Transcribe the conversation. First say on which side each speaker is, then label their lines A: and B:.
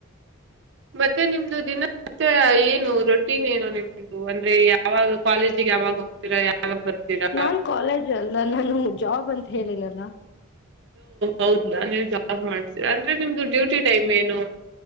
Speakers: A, on the right (about 55°); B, on the left (about 50°).
A: ಮತ್ತೆ ನಿಮ್ದು ದಿನ. <unintelligible> ರೊಟೀನ್ ಏನು ನಿಮ್ದು ಅಂದ್ರೆ ಯಾವಾಗ ಕಾಲೇಜಿಗೆ ಯಾವಾಗ ಹೋಗ್ತೀರಾ ಯಾವಾಗ ಬರ್ತೀರಾ.
B: ನಾನ್ ಕಾಲೇಜ್ ಅಲ್ಲ ನಾನು ಜಾಬ್ ಅಂತ ಹೇಳಿನಲ್ಲ.
A: ಹೌದಾ ನೀವು ಜಾಬ್ ಮಾಡ್ತೀರಾ ಅಂದ್ರೆ ನಿಮ್ದು ಡ್ಯೂಟಿ ಟೈಮ್ ಏನು.